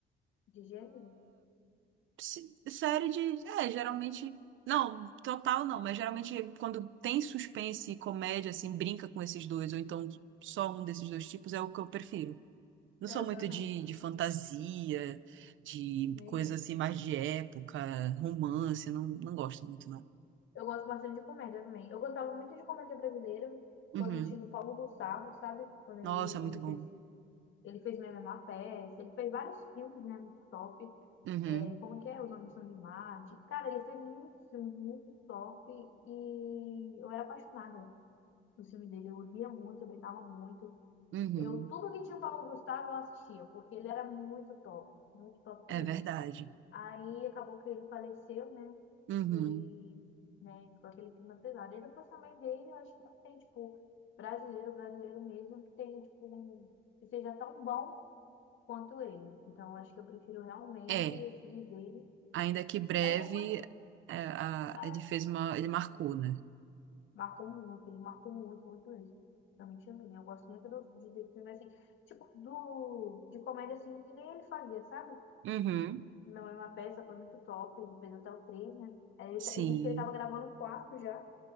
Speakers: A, on the left; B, on the right.
A: de gênero?
B: se- série de. É, geralmente. Não, total não, mas geralmente quando tem suspense e comédia, assim, brinca com esses dois, ou então só um desses dois tipos, é o que eu prefiro. Não
A: É,
B: sou
A: eu
B: muito
A: também.
B: de, de fantasia, de
A: Nenhum.
B: coisa assim mais de época, romance, não, não gosto muito, não.
A: Eu gosto bastante de comédia também. Eu gostava muito de comédia brasileira
B: Uhum.
A: quando tinha o Paulo Gustavo, sabe? Quando ele,
B: Nossa, é muito
A: ele
B: bom.
A: fez, ele fez Minha Menor Peça, ele fez vários filmes, né? Muito top.
B: Uhum.
A: É, como que é? Os Homens São de Marte. Cara, ele fez muitos filmes muito top e eu era apaixonada dos filmes dele. Eu ria muito, eu brincava muito.
B: Uhum.
A: Eu, tudo que tinha o Paulo Gustavo eu assistia, porque ele era muito top, muito top
B: É
A: mesmo.
B: verdade.
A: Aí acabou que ele faleceu, né?
B: Uhum.
A: E, né, ficou aquele clima pesado. E depois também dele, eu acho que não tem, tipo, brasileiro, brasileiro mesmo, que tem, tipo, um- que seja tão bom quanto ele. Então, eu acho que eu prefiro realmente
B: É,
A: os filhos dele.
B: ainda que breve,
A: Aí depois que,
B: é, a-
A: é,
B: ele fez uma, ele marcou, né?
A: marcou muito, ele marcou muito, muito mesmo. Realmente a mim. Eu gosto muito do, de, de filme, assim, tipo, do, de comédia, assim, que nem ele fazia, sabe?
B: Uhum.
A: Minha mãe é uma peça, foi muito top, ele fez até o 3 né? Aí ele,
B: Sim.
A: ta- ele disse que ele tava gravando o 4 já.